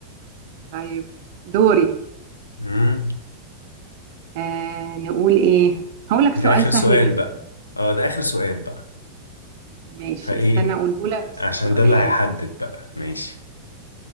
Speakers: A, on the right; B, on the left.
A: طيب دوري
B: امم
A: آه نقول ايه هقول لك
B: ده
A: سؤال
B: اخر
A: سهل
B: سؤال
A: جدا
B: بقى اه ده اخر سؤال بقى
A: ماشي
B: فايه
A: استنى اقوله لك السؤال
B: عشان ده اللي هيحدد بقى ماشي